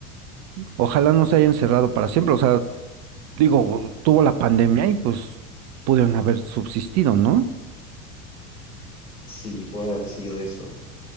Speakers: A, on the right (about 35°); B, on the left (about 80°).
A: Ojalá no se hayan cerrado para siempre. O sea, digo, tuvo la pandemia y pues pudieron haber subsistido, ¿no?
B: Sí, puede haber sido eso.